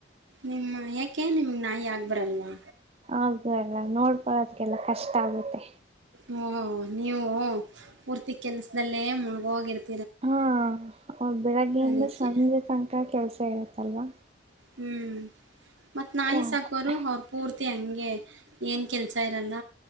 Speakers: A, on the right; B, on the right.
A: ನಿಮ್ಮ ಯಾಕೆ ನಿಮ್ ನಾಯಿ ಆಗ್ ಬರಲ್ವಾ.
B: ಹೌದು ಎಲ್ಲ ನೋಡ್ಕೊಳೋಕ್ಕ ಎಲ್ಲಾ ಕಷ್ಟ ಆಗುತ್ತೆ.
A: ಹಓ ನೀವು ಪೂರ್ತಿ ಕೆಲ್ಸದಲ್ಲೇ ಮುಳಗೋಗಿರ್ತ.
B: ಹಾ ಬೆಳಗ್ಗೆಯಿಂದ
A: ಅದಕ್ಕೆ
B: ಸಂಜೆ ತಂಕ ಅಕ್ಕಾ ಕೆಲ್ಸ ಇರುತ್ತಲ್ವಾ.
A: ಹ್ಮ್. ಮತ್ ನಾಯಿ
B: ಆಗಲ್ಲ
A: ಸಾಕೋರು ಅವ್ರ ಪೂರ್ ತೆ ಹಂಗೆ ಏನ್ ಕೆಲ್ಸ ಇರಲ್ಲ.